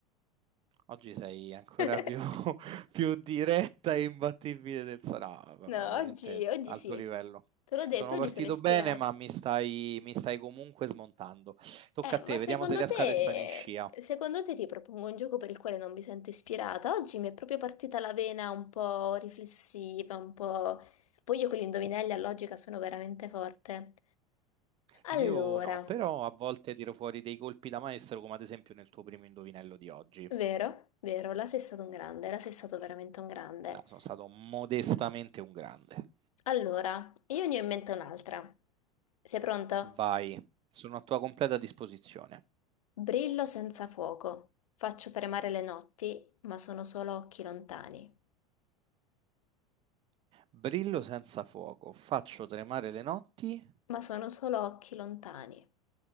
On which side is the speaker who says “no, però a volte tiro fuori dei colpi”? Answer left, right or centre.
Right